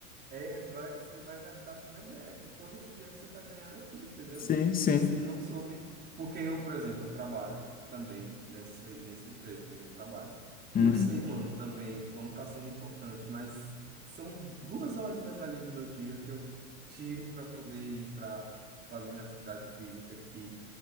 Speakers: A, on the right; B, on the left.
A: É, vai, você vai gastar com remédio. Todo esse dinheiro que você está ganhando aqui,
B: <laughs>
A: entendeu? Que
B: Sim, sim.
A: você não soube. Porque eu, por exemplo, eu trabalho também nessa, nessa empresa que eu trabalho. E
B: Hum,
A: eu sei, mano, também o quanto está sendo importante, mas são duas horinhas ali do meu dia que eu tiro para poder ir para fazer minha atividade física, que